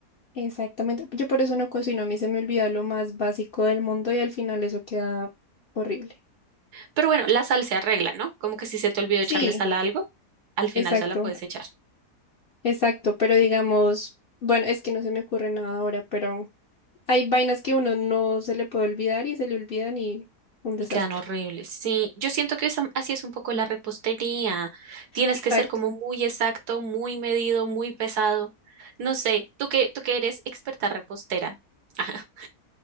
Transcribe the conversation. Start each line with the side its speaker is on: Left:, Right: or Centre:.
Left: exactamente. Yo por eso no cocino, a mí se me olvida lo más básico del mundo y al final eso queda horrible.
Right: Pero bueno, la sal se arregla, ¿no? Como que si se te olvidó
Left: Sí,
Right: echarle sal a algo, al final
Left: exacto,
Right: se la puedes echar.
Left: exacto, pero digamos, bueno, es que no se me ocurre nada ahora, pero hay vainas que uno no se le puede olvidar y se le olvidan y un desastre.
Right: Y quedan horribles. Sí, yo siento que esa- así es un poco la repostería. Tienes
Left: Exacto.
Right: que ser como muy exacto, muy medido, muy pesado. No sé, tú que, tú que eres experta repostera. <laughs> Ajá.